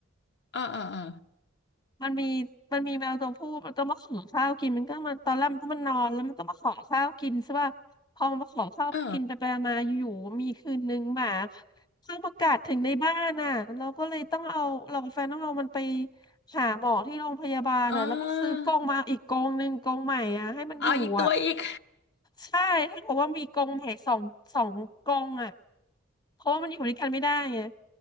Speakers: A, on the left (about 55°); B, on the left (about 20°).
A: เออเออเออ
B: มันมีมันมีแมวตัวผู้มันก็มาขอข้าวกินมันก็มันตอนแรกมันก็มันนอนแล้วมันก็มาขอข้าวกินใช่ป่ะพอมันมาขอข้าวกินไปไปมาอยู่ๆมีคืนนึงหมา
A: เออ
B: เทองประกาศถึงในบ้านอ่ะเราก็เลยต้องเอาเรากับแฟนต้องเอามันไปหาหมอที่โรงพยาบาลอ่ะแล้วก็ซื้อกองมาอีกกองหนึ่งกองใหม่อ่ะให้มันอยู่อ่ะ
A: เออเอาอีกตัวอีก
B: ใช่ถ้าบอกว่ามีกองใหม่สองสองกองอ่ะเพราะว่ามันอยู่ด้วยกันไม่ได้ไง